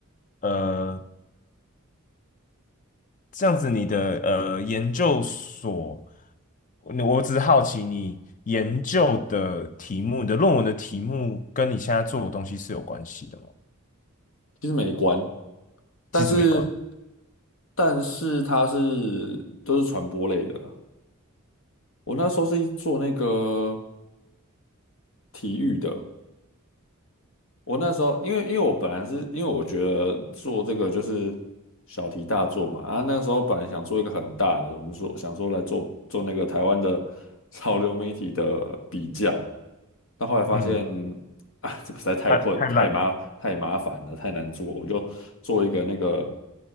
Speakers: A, on the left (about 35°); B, on the left (about 65°).
A: 呃，这样子你的呃研究所，我我只是好奇，你研究的题目，你的论文的题目跟你现在做的东西是有关系的吗？
B: 其实没关，但是
A: 其实没关，
B: 但是它是都是传播类的啦我那时候是做那个体育的。我那时候，因为因为我本来是因为我觉得做这个就是小题大做嘛，啊，那时候本来想做一个很大的，我们说想说来做做那个台湾的 <laughs> 潮流媒体的比较，但后来发现
A: 嗯，
B: 啊，这个实在太困太麻太麻烦了，
A: 太太烂了。
B: 太难做，我就做一个那个，